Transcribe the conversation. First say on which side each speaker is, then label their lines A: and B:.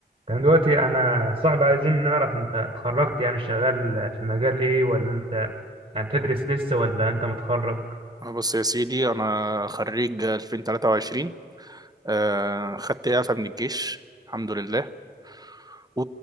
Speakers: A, on the right; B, on the right.
A: كان دلوقتي انا صاحبي عايزين نعرف انت اتخرجت يعني شغال في مجال ايه ولا انت يعني بتدرس لسه ولا انت متخرج
B: بص يا سيدي أنا خريج 2023 آه، خدت إعفاء من الجيش الحمد لله و